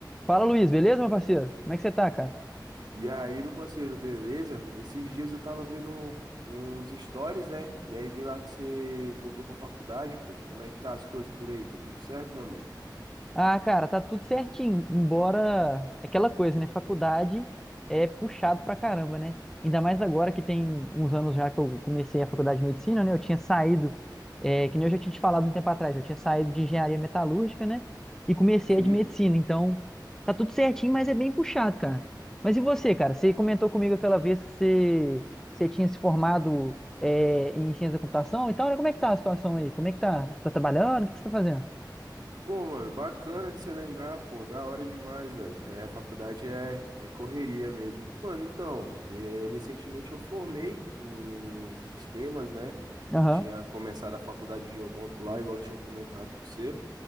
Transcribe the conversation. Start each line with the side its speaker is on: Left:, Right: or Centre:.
Centre: Fala, Luiz, beleza, meu parceiro? Como é que você tá, cara?
Right: E aí, meu parceiro, beleza? Esses dias eu tava vendo uns stories, né? E aí vi lá que você voltou pra faculdade, pô. Como é que tá as coisas por aí? Tá tudo certo, meu amigo?
Centre: Ah, cara, tá tudo certinho, embora é aquela coisa, né? Faculdade é puxado pra caramba, né? Ainda mais agora que tem uns anos já que eu comecei a faculdade de medicina, né? Eu tinha saído, é, que nem eu já tinha te falado um tempo atrás, eu tinha saído de engenharia metalúrgica, né? E comecei
Right: Sim.
Centre: a de medicina, então tá tudo certinho, mas é bem puxado, cara. Mas e você, cara? Você comentou comigo aquela vez que você, você tinha se formado, é, em ciência da computação e tal, né? Como é que tá a situação aí? Como é que tá? Você tá trabalhando? O que que você tá fazendo?
Right: Pô, mano, bacana de você lembrar, pô. Da hora demais, velho. É, a faculdade é, é correria mesmo. Mano, então, é, recentemente eu formei em sistemas, né?
Centre: Aham,
Right: Tinha começado a faculdade de odonto lá, igual eu tinha comentado com você.